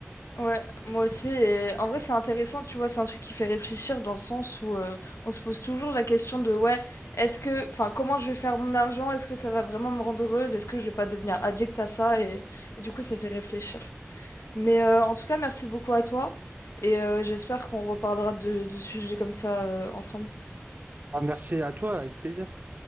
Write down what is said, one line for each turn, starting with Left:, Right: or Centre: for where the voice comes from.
Left: ouais, moi aussi. et en vrai, c'est intéressant, tu vois, c'est un truc qui fait réfléchir dans le sens où euh, on se pose toujours la question de, ouais, est-ce que, enfin, comment je vais faire mon argent? Est-ce que ça va vraiment me rendre heureuse? Est-ce que je vais pas devenir addict à ça? Et, et du coup, ça fait réfléchir. Mais euh, en tout cas, merci beaucoup à toi et euh, j'espère qu'on reparlera de, de sujets comme ça euh, ensemble.
Right: Ah, merci à toi, avec plaisir.